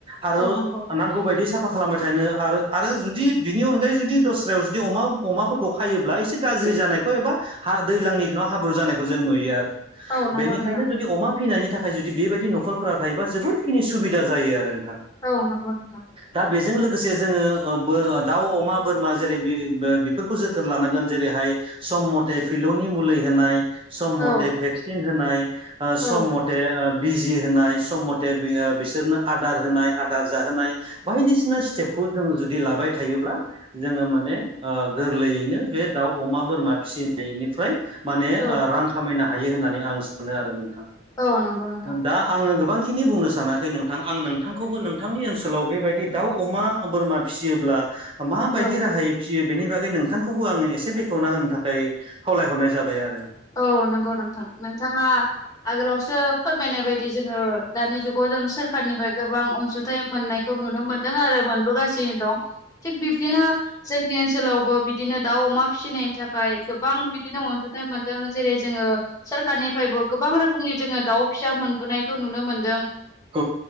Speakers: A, on the right (about 30°); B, on the left (about 20°).
A: आरो
B: औ नंगौ
A: नांगौ बायदियै साफा खालामबाय थानो आरो आरो जुदि बिनि अनगायै जुदि दस्रायाव जुदि अमा अमाफोरखौ खायोब्ला एसे गाज्रि जानायखौ एबा हा दैजलांनि दिनाव हाब्रु जानायखौ जों नुयो आरो।
B: औ नंगौ
A: बेनिखायनो
B: नोंथां
A: जुदि अमा फिनायनि थाखाय जुदि बेबायदि न'खरफोरा थायोबा जोबोर फिनि सुबिदा जायो आरो। नोंथां
B: औ नोंथां।
A: दा बेजों लोगोसे जोङो ओ बो दाउ अमा बोरमा जेरै बे बेफोरखौ जोथोन लानांगोन जेरैहाय सम मथे फिलौनि मुलि होनाय सम
B: औ
A: मथे भेक्सिन होनाय
B: औ
A: सम मथे बिजि होनाय सम मथे बिसोरनो आदार होनाय आदार जाहोनाय बायदिसिना स्टेपखौ जोङो जुदि लाबाय थायोब्ला। जोङो माने ओ गोरलैयैनो बे दाउ अमा बोरमा फिसिनायनिफ्राय माने
B: औ
A: ओ रां खामायनो हायो होननानै आं सानो आरो नोंथां
B: औ नंगौ नोंथां
A: दा आङो गोबां बखिनि बुंनो सानाखै नोंथां आं नोंथांखौबो नोंथांनि ओनसोलाव बेबायदि दाउ अमा बोरमा फिसियोब्ला माबायदि
B: औ
A: राहायै फिसियो बेनि बागै नोंथांखौबो आङो एसे बेखेवना होनो थाखाय खावलायहरनाय जाबाय आरो।
B: औ नंगौ नोंथां नोंथाङा आगोलावसो फोरमायनाय बायदि जोङो दानि जुग जों सोरखारनिफ्राय गोबां अनसुं थाइ मोननायखौ नुनो मोनदों आरो मोनबोगासिनो दं थिग बिब्दिनो जोंनि ओनसोलावबो बिदिनो दाउ अमा फिसिनायनि थाखाय गोबां बिदिनो अनसुंथाइ मोन जेरै जोङो सोरखारनिफ्रायबो गोबां रोखोमनि जोङो दाउ फिसा मोनबोनायखौ नुनो मोनदों।
A: औ